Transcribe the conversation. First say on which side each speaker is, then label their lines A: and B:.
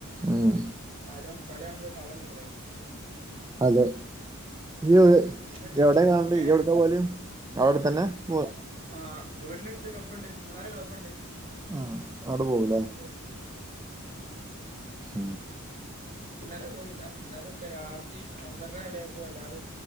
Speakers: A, on the right; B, on the right.
A: ഉം
B: ഇത് ഹരം കളിയാണുമ്പോ ഒരു ഹരം കിട്ടലേ
A: അതെ ഇയ്യ്
B: ഇന്നലൊക്കെ
A: ഇയ്യ് എവിടെ കാണല്
B: ഏ
A: ഇയ്യ് എവിടക്ക പോവല് അവിടെത്തന്നെ പോവുവാ
B: ആഹ് വീടിന്റെ അടുത്ത് ക്ലബ്ബുണ്ട് മൂന്നാല് ക്ലബ്ബുണ്ട്
A: ആഹ് അവിടെ പോവുലേ
B: വീടിനടുത്തായിട്ട്
A: ഉം
B: ഇന്നലെ പോയില്ല ഇന്നലെ ഒക്കെ രാത്രി ഒന്നരൻ്റെ കളിയായപ്പോ എല്ലാരും